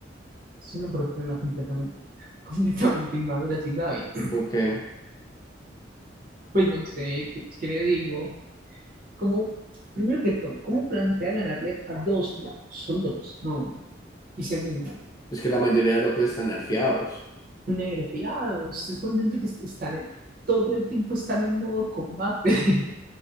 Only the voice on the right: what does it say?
es una persona completamente, <laughs> completamente inmadura, ¿sí sabe?
Pues no sé, ¿qué, qué le digo? como, primero que todo, ¿cómo plantea ganarle a dos locos? Son dos, no uno. Y segundo,
nerviado, estés consciente que están en, todo el tiempo están en modo combate, <laughs>